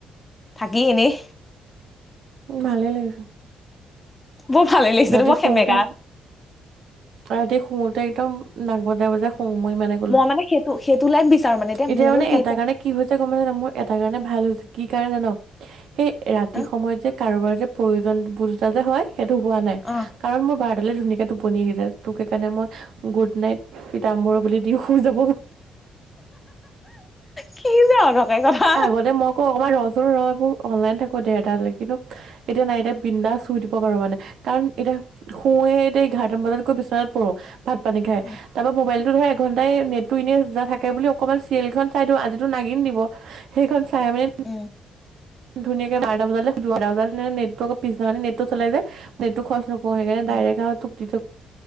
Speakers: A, on the left; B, on the right.
A: থাকি এনেই।
B: উ ভালে লাগিছে।
A: বৰ ভালে লাগিছে
B: ৰাতি
A: বৰ
B: শুওঁতে
A: সেমেকা
B: ৰাতি শুওঁতে একদম। নাক বজাই বজাই - শুও মই ইমানে কলো।
A: মানে সেইটো সেইটো লাইফ বিচাৰো মানে
B: এতিয়া
A: মোৰ
B: মানে
A: কি
B: এটা
A: যে
B: কাৰণে কি হৈছে গম পাইছা নাই মোৰ এটা কাৰণে ভাল হৈছে। কি কাৰণে জান। সেই ৰাতি
A: হা?
B: সময়ত যে। কাৰোবাৰ যে প্ৰয়োজন বোধ এটা যে হয়। সেইটো হোৱা নাই
A: অ
B: কাৰণ মোৰ বাৰ। সেই ফালে ধুনীয়া কে টোপনি আহি যায় তোক সেইকাৰণে মই গুড নাইট পিতাম্বৰ বুলি দিওঁ। হোৰ যাব।
A: কি যে অদৰকাৰী কথা
B: আগতে মই ক অকমান ৰচোন ৰ। অনলাইন থাকো ডেৰটাৰ লৈকে কিন্তু এতিয়া নাই এতিয়া বিন্দাছ শুই দিব পাৰো মানে কাৰণ এতিয়া শুৱে এতিয়া এঘাৰটামান বজাত গৈ বিচনাত পৰো। ভাত পানী খাই
A: উম
B: তাৰ পৰা মোবাইল। ধৰা এঘণ্টাই নেটটো এনে যা থাকে। তাকে বুলি অকমান চিৰিয়েল খন চাই দিওঁ আজিতো নাগিন দিব সেইখন। টাইমে।
A: উম
B: ধুনীয়াকে বাৰটা বজালে শুলো আৰু বাৰটা বজাত নেট আকৌ পিছদিনা খনি নেটটো চলে যে নেটটো আকৌ খৰচ ন। মই সেইকাৰণে
A: উম
B: ডাইৰেক্ট আৰু তোক দি থৈ।